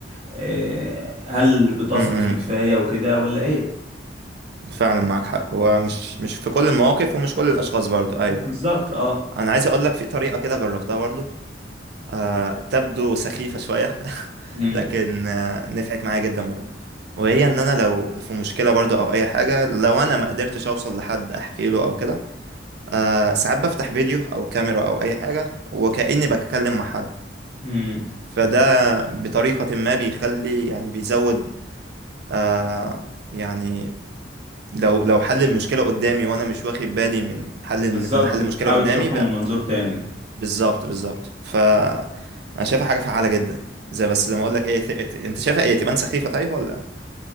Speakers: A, on the right; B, on the right.
A: آه، هل بتثق
B: طب
A: فيه كفاية وكده ولا إيه
B: فعلا معاك حق ومش مش في كل المواقف ومش كل الاشخاص برضو ايوه
A: بالظبط اه
B: انا عايز اقول لك في طريقه كده جربتها برضو آه تبدو سخيفه شويه <laughs>
A: مم.
B: لكن آه نفعت معايا جدا برضو وهي ان انا لو في مشكله برضو او اي حاجه لو انا ما قدرتش اوصل لحد احكي له او كده آه ساعات بفتح فيديو او كاميرا او اي حاجه وكاني بتكلم مع حد
A: مم.
B: فده بطريقه ما بيخلي يعني بيزود آه يعني لو لو حل المشكلة قدامي وانا مش واخد بالي من حل ان
A: بالظبط
B: إن حل
A: بتحاول
B: المشكلة قدامي
A: تشوفها
B: بقى
A: من منظور تاني
B: بالظبط بالظبط ف انا شايفها حاجة فعالة جدا زي بس زي ما اقول لك ايه ت- ت- انت شايفها ايه تبان سخيفة طيب ولا